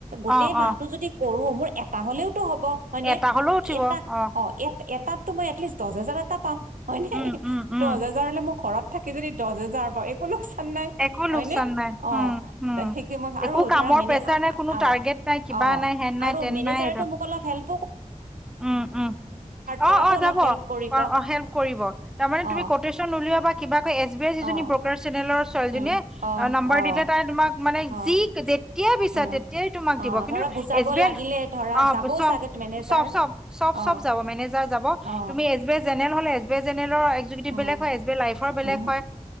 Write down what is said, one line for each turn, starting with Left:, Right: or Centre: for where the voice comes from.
Right: গোটেই
Centre: অ
Right: মাহটো
Centre: অ
Right: যদি কৰো মোৰ এটা হলেও তো হ'ব হয়নে?
Centre: এটা হলেও উঠিব
Right: এটা
Centre: অ
Right: অহ এ এটাতো মই এটলিষ্ট দহ হাজাৰ এটা পাম হয়নে
Centre: উম উম উম
Right: দহ হাজাৰ হলে মোৰ ঘৰত থাকি যদি দহ হাজাৰ পৰা একো লোকচ চন নাই
Centre: একো
Right: হয়নে?
Centre: লোকচান নাই
Right: অহ
Centre: উম উম
Right: সেইে মই আৰু
Centre: একো কামৰ
Right: ধৰা মেলি
Centre: প্ৰেচাৰ
Right: <unintelligible>
Centre: নাই কোনো টাৰ্গেট নাই কিবা
Right: অহ
Centre: নাই হেন নাই
Right: আৰু
Centre: তেন
Right: মেনেজাৰটো
Centre: নাই সেইটো
Right: মোক অলপ হেল্প
Centre: উম উম অহ
Right: কৰাতো
Centre: অহ
Right: অলপ
Centre: যাব
Right: হেল্প কৰিব
Centre: অ হেল্প কৰিব, তাৰে তু
Right: অ
Centre: <unintelligible> নলওা বা কিবা এছ বি আই যিজন
Right: অ
Centre: ব্ৰকাৰে <unintelligible> ছোলীজনীয়ে
Right: উম অ
Centre: নম্বাৰ
Right: অ
Centre: দিলে তাই তোমাক মানে
Right: অ
Centre: যি তেতিয়াই বিছা
Right: উম
Centre: তেতিয়াই তোমাক দিব
Right: অ
Centre: কিন্তু
Right: ধৰা বুজাব
Centre: এছ বি
Right: লাগিলে
Centre: আই
Right: ধৰা
Centre: অহ
Right: যাবও
Centre: চ
Right: চাগে মেনেজাৰ
Centre: চব চব চব
Right: অ
Centre: চব যাব মেনেজাৰ যাব
Right: অ
Centre: তুমি এছ বি জেনেৰেল হলে এছ বি জেনেৰেল লৰ এক্সিকুতিভ
Right: অ
Centre: বেলেগ হয়, এছ বি আই লাইফৰ বেলেগ
Right: অ
Centre: হয়।